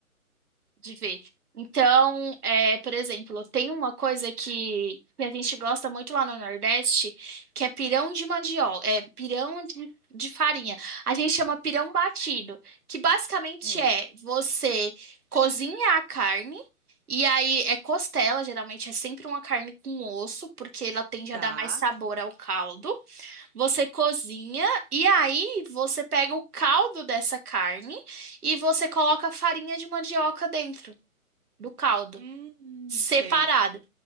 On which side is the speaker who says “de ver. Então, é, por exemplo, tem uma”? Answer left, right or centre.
Right